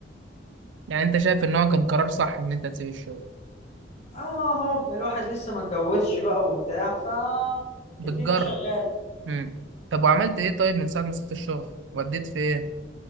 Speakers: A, on the right; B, on the left.
A: يعني انت شايف ان هو كان قرار صح ان انت تسيب الشغل
B: آه، اهو الواحد لسه ما اتجوزش بقى وبتاع ف
A: بتجرب
B: الدنيا شغاله
A: امم طب وعملت ايه طيب من ساعة ما سبت الشغل وديت فين